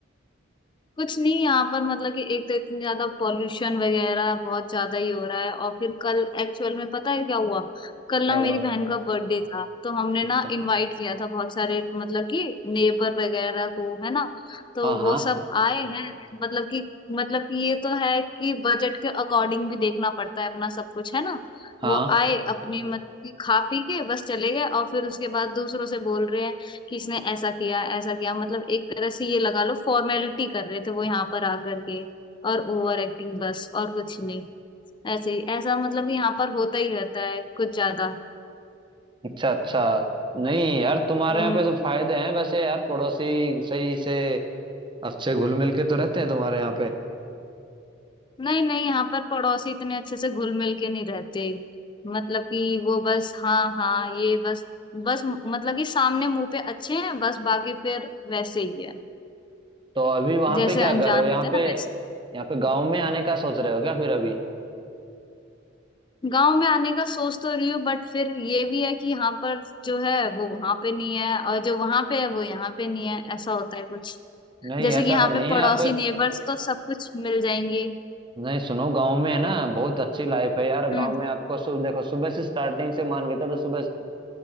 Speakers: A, on the left (about 25°); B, on the right (about 25°).
A: कुछ नहीं यहाँ पर मतलब कि एक तो इतनी ज्यादा पॉल्यूशन वगैरह बहुत ज्यादा ही हो रहा है और फिर कल एक्चुअल में पता है क्या हुआ कल
B: क्या
A: ना
B: हुआ
A: मेरी बहन का बर्थडे था तो हमने
B: अच्छा
A: ना इनवाइट किया था बहुत सारे मतलब कि नेबर वगैरह को है ना तो
B: हाँ
A: वो
B: हाँ
A: सब आए हैं मतलब कि मतलब कि ये तो है कि बजट के अकॉर्डिंग भी देखना पड़ता है अपना सब कुछ है ना
B: हाँ
A: वो आए अपनी मतलब कि खा पी के बस चले गए और फिर उसके बाद दूसरों से बोल रहे हैं कि इसने ऐसा किया ऐसा किया मतलब एक तरह से ये लगा लो फॉर्मेलिटी कर रहे थे वो यहाँ पर आकर के और ओवर एक्टिंग बस और कुछ नहीं ऐसे ही ऐसा मतलब कि यहाँ पर होता ही रहता है कुछ ज्यादा
B: अच्छा अच्छा नहीं यार तुम्हारे
A: हम्म
B: यहाँ पे तो फायदे हैं वैसे यार पड़ोसी सही से अच्छे घुल मिल के तो रहते हैं तुम्हारे यहाँ पे
A: नहीं नहीं यहाँ पर पड़ोसी इतने अच्छे से घुल मिल के नहीं रहते मतलब कि वो बस हाँ हाँ ये बस बस मतलब कि सामने मुंह पे अच्छे हैं बस बाकी फिर वैसे ही है
B: तो अभी वहाँ
A: जैसे
B: पे क्या
A: अनजान
B: कर रहे हो यहाँ
A: होते हैं
B: पे
A: ना वैसे
B: यहाँ पे गांव में आने का सोच रहे हो क्या फिर अभी
A: गांव में आने का सोच तो रही हूँ बट फिर ये भी है कि यहाँ पर जो है वो वहां पे नहीं है और जो वहां पे है वो यहाँ पे नहीं है ऐसा होता है कुछ
B: नहीं
A: जैसे
B: ऐसा
A: कि यहाँ
B: तो नहीं
A: पे
B: है
A: पड़ोसी
B: आप
A: नेबर्स तो सब कुछ मिल जाएंगे
B: नहीं सुनो गांव में है ना बहुत अच्छी लाइफ है यार
A: हम्म
B: गांव में आपको सुबह देखो सुबह से स्टार्टिंग से मान के चलो सुबह